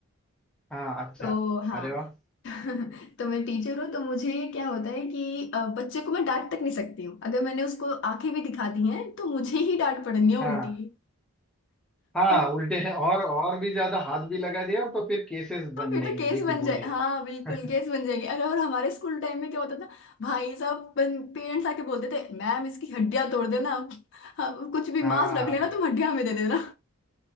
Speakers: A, in the centre; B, on the left.
A: हाँ अच्छा
B: तो हाँ
A: अरे वाह
B: <laughs> तो मैं टीचर हूँ तो मुझे क्या होता है कि अ, बच्चे को मैं डांट तक नहीं सकती हूँ अगर मैंने उसको आंखें भी दिखा दी हैं तो मुझे ही डांट पड़नी है
A: हाँ
B: उल्टी
A: हाँ
B: और
A: उल्टे हैं और और भी ज्यादा हाथ भी लगा दिया तो फिर केसेस बन
B: तो फिर
A: देंगे
B: तो केस
A: देखिए
B: बन
A: बोलिए
B: जाए हाँ बिल्कुल
A: <laughs>
B: केस बन जाएगी अरे और हमारे स्कूल टाइम में क्या होता था भाई साहब पेरेंट्स आके बोलते थे मैम इसकी हड्डियां तोड़ देना हाँ, कुछ भी
A: हाँ
B: मांस रख लेना तुम हड्डियां हमें दे देना